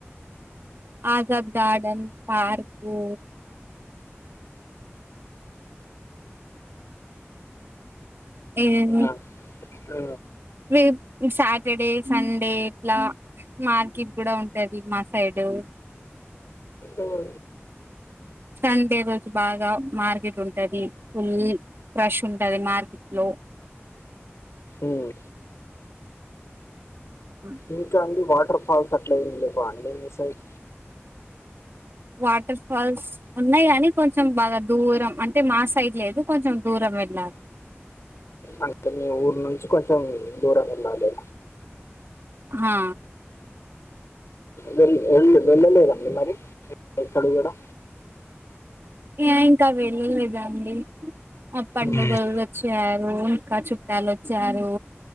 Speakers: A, on the right; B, on the left.
A: ఆజాద్ గార్డన్ పార్కు ఏమో
B: ఆ, ఆ
A: మీ సాటర్డే సండే ఇట్లా మార్కెట్ కూడా ఉంటది మా సైడు
B: ఎవడు
A: సన్ డే రోజు బాగా మార్కెట్ ఉంటది ఫుల్ రష్ ఉంటది మార్కెట్ లో
B: ఉమ్
A: <inaudible>
B: ఇంకా అండి వాటర్ ఫాల్స్ అట్లా ఏం లేవా అండి మీ సైడ్
A: వాటర్ ఫాల్స్ ఉన్నాయి కాని కొంచెం బాగా దూరం అంటే మా సైడ్ లేదు కొంచెం దూరం వెళ్ళాలి
B: అంటే మీ ఊరు ఊరు నుంచి కొంచెం దూరం వెళ్ళాలి
A: హా
B: వెళ్లు వెళ్లు వెళ్లు లేదా మరి ఎక్కడ కూడా
A: ఏ ఇంకా వెళ్ళలేదా అండి ఆ పండుగలు
B: మ్మ్.
A: వచ్చారు ఇంకా చుట్టాలు వచ్చారు